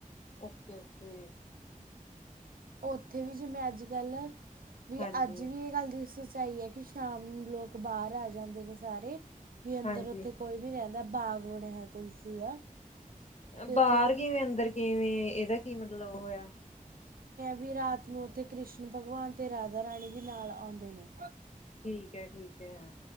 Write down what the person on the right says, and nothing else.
ਔਥੇ ਵੀ ਜਿਵੇਂ ਅੱਜ ਕੱਲ, ਵੀ
ਅੱਜ ਵੀ ਏਹ ਗੱਲ <unintelligible> ਤੇਹ ਏ ਕਿ ਸ਼ਾਮ ਨੂੰ ਲੋਕ ਬਾਹਰ ਆ ਜਾਂਦੇ ਨੇ ਸਾਰੇ। ਵੀ ਅੰਦਰ
ਔਥੇ ਕੋਈ ਨੀ ਰਹਿੰਦਾ। ਪਾਵਰਡ ਹੈਂ ਤੁਲਸੀ ਦਾ। ਅਤੇ
ਉੱਥੇ
ਵੀ ਰਾਤ ਨੂੰ ਤੇ ਕ੍ਰਿਸ਼ਨ ਭਗਵਾਨ ਤੇ ਰਾਜਾ ਰਾਣੀ ਵੀ ਨਾਲ ਆਉਂਦੇ ਨੇ।